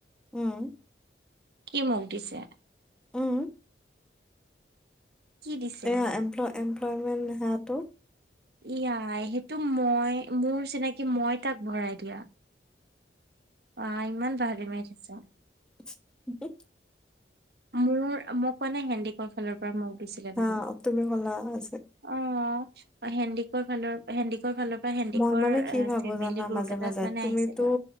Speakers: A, in the centre; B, on the right.
A: উম
B: কি মোক দিছে
A: উম
B: কি দিছে
A: এয়া
B: মোক?
A: এমপ এমপ্লয়মেণ্ট সেটো
B: ইয়াই সেইটো মই মোৰ চিনাকি মই তাক ভৰাই দিয়া অ ইমান পাহৰি মাৰি দিছো
A: কি
B: মোৰ মোক মানে হেন্দিকৰ ফালৰ পৰা মোক দিছিলে
A: হা
B: কিন্তু
A: তুমি ক'লা আজি
B: অ হেন্দিকৰ ফালৰ পৰা হেন্দিকৰ ফালৰ হেণ্ডিকৰ
A: মই মানে কি
B: অ
A: ভাবো
B: ফেমিলি
A: জানা
B: গ্ৰুপ
A: মাজে
B: এটাত
A: মাজে
B: মানে
A: তুমিতো
B: আহিছিলে